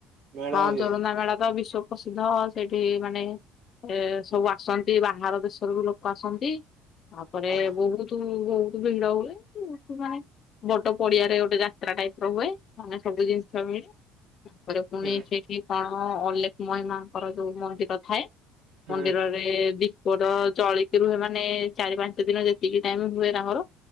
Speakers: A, on the right; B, on the left.
A: ମେଳା
B: ହଁ
A: ହୁଏ
B: ଯୋରନ୍ଦା ମେଳା ତ ବିଶ୍ୱ ପ୍ରସିଦ୍ଧ ସେଇଠି ମାନେ ଏ ସବୁ ଆସନ୍ତି ବାହାର ଦେଶରୁ ବି ଲୋକ ଆସନ୍ତି। ତାପରେ
A: ହଁ
B: ବହୁତ ବହୁତ ଭିଡ ହୁଏ <unintelligible> ବଟ ପଡିଆରେ ଗୋଟେ ଗୋଟେ ଟାଇପ ର ହୁଏ ମାନେ ସବୁ ଜିନିଷ ମିଳେ ତାପରେ ପୁଣି
A: ହୁଁ
B: ସେଇଠି କଣ ହଁ ଅଲେଖମହିମାଙ୍କର ଯୋଉ ମନ୍ଦିର ଥାଏ।
A: ହୁଁ
B: ମନ୍ଦିରରେ ଦୀପତ ଜଳିକି ରୁହେ ମାନେ ଚାରି ପାଞ୍ଚ ଦିନ ଯେତିକି ଟାଇମ ହୁଏ ତାଙ୍କର